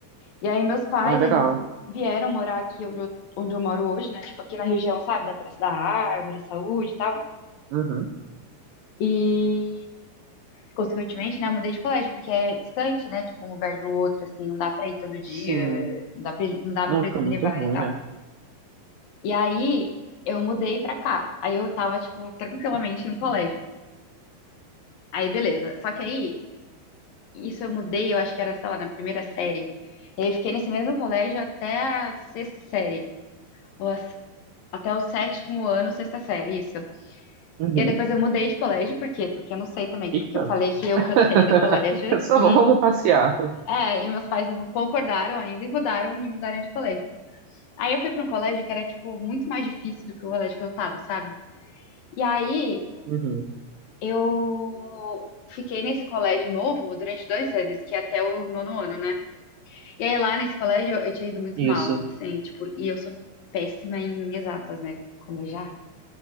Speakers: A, on the left; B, on the right.
A: E aí meus pais,
B: Ah, legal.
A: eles vieram morar aqui onde eu, onde eu moro hoje, né? Tipo, aqui na região, sabe? Da Praça da Árvore, Saúde e tal.
B: Uhum,
A: E, consequentemente, né? Eu mudei de colégio, porque é distante, né? Tipo, um lugar do outro, assim. Não dá pra ir todo dia.
B: sim.
A: Não dá pra, não dava
B: Não,
A: pra
B: fica
A: eles me
B: muito
A: levarem
B: ruim,
A: e tal.
B: né?
A: E aí, eu mudei pra cá. Aí eu tava, tipo, tranquilamente em um colégio. Aí, beleza. Só que aí, isso eu mudei, eu acho que era, sei lá, na primeira série. E aí, eu fiquei nesse mesmo colégio até a sexta série. Ou a até o sétimo ano, sexta série, isso.
B: Uhum.
A: E aí depois eu mudei de colégio, por quê? Porque eu não sei também,
B: Eita.
A: porque eu falei que eu
B: <laughs>
A: cansei do colégio
B: Só
A: e,
B: v- vamos passear.
A: é, e meus pais não concordaram ainda e mudaram, me mudaram de colégio. Aí eu fui para um colégio que era, tipo, muito mais difícil do que o colégio que eu tava, sabe? E aí
B: Uhum.
A: eu fiquei nesse colégio novo durante dois anos, que é até o nono ano, né? E aí lá nesse colégio eu, eu tinha ido muito
B: Isso.
A: mal, assim, tipo, e eu sou péssima em exatas, né? Como eu já